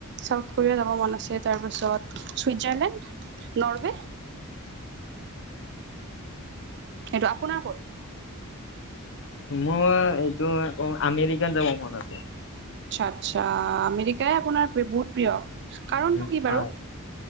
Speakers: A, on the right (about 50°); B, on the left (about 60°).
A: চাউথ কোৰিয়া যাব মন আছে, তাৰপিছত চুইজাৰলেণ্ড নৰৱে। সেইটো আপোনাৰ ক'ত?
B: মোৰ এইটো অ', আমেৰিকান যাব মন আছে।
A: আচ্ছা! আচ্ছা! আমেৰিকাই আপোনাৰ <inaudible> বহুত প্ৰিয়? কাৰণটো
B: উম,
A: কি
B: হয়।
A: বাৰু